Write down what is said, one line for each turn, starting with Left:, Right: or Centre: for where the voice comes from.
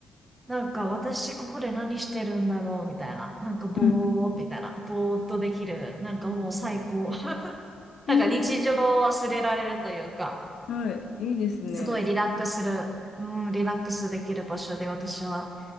Right: なんか私ここで何してるんだろうみたいな、なんかぼーみたいな、
Left: うん、
Right: ぼーっとできる、なんかもう最高。<laughs> なんか日常を忘れられるというか。
Left: えー、はい、いいですね。
Right: すごいリラックスする、うん、リラックスできる場所で私は